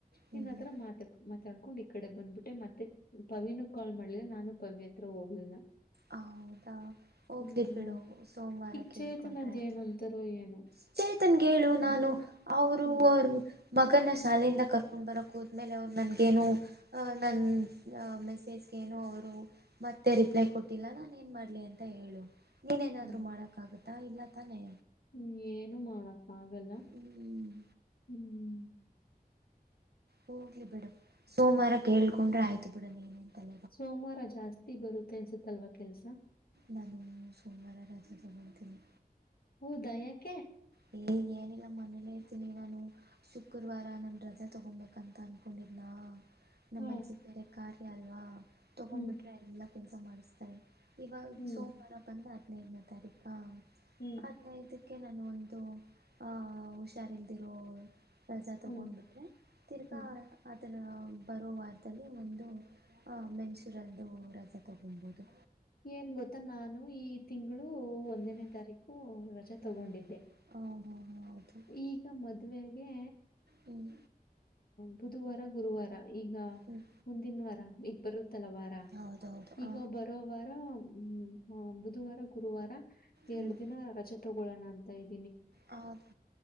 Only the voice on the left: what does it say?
ನಿನ್ ಆತ್ರರ
ಮಾತಾ ಮಾತಾಡ ಕೊಂಡ್ ಈ ಕಡೆ ಬಂದ್ಬಿಟ್ಟೆ ಮತ್ತೆ ಪವಿನು ಕಾಲ್ ಮಾಡ್ಲಿಲ್ಲ ನಾನು ಪವಿ ಹತ್ರ ಹೋಗ್ಲಿಲ್ಲ
ಹ್ಮ್
ಈಗ
ಚೇತನದ್
ಏನ್ ಅಂತಾರೋ ಏನೋ
ಹ್ಮ್
ಹ್ಮ್
ಹ್ಮ್ ಏನು ಮಾಡ ಹಾಗಲ್ಲ <inaudible>
ಹ್ಮ್
ಸೋಮವಾರ ಜಾಸ್ತಿ ಬರುತ್ತೆ ಅನ್ಸುತ್ತಲ್ವ ಕೆಲ್ಸ
<unintelligible>
ಹಾ
ಹ್ಮ್
ಹ್ಮ್
ಹ್ಮ್
ಹ್ಮ್ ಹ್ಮ್
ಹ್ಮ್
ಏನ್ ಗೊತ್ತ ನಾನು ಈ ತಿಂಗಳು ಒಂದನೇ
ತಾರೀಕು ರಜಾ
ತಗೊಂಡಿದ್ದೆ
ಈಗ ಮದ್ವೆೆಗೆ
ಬುಧುವಾರ ಗುರುವಾರ ಈಗ
ಮುಂದಿನ ವಾರ ಈಗ ಬರುತ್ತೆ ತ್ತಲವಾರ
ಈಗ ಬರೋ ಹ್ಮ ಹ ಬುಧವಾರ ಗುರುವಾರ ಎರಡ
ದಿನ ರಜೇ ತೊಗೊಳ್ಳೋಣ ಅಂತ ಇದ್ದ